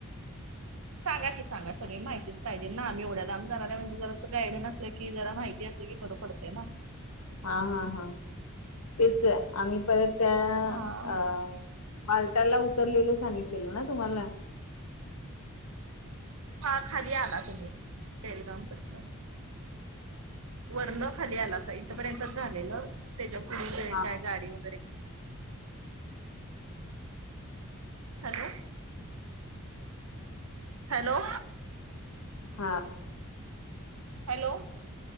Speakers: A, on the right (about 70°); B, on the left (about 85°).
A: सांगा की सांग सगळी माहितीच पाहिजेल ना आम्ही एवढ्या लांब जाणार आहे म्हणजे जरासं गायडन असलं की. की जरा माहिती असेल कि बर पडते ना.
B: हा हा हा तेच आम्ही परत
A: हा
B: अ. पाल्टाला उतरलेलं सांगितलेलं ना तुम्हाला.
A: हा खाली आला तुम्ही टरगाम पर्यंत. वरण खाली आला इथपर्यंतच झालेलं त्याच्या पुुढे
B: हा
A: काय गाडी वगैरे. Hello hello.
B: हा.
A: हॅल.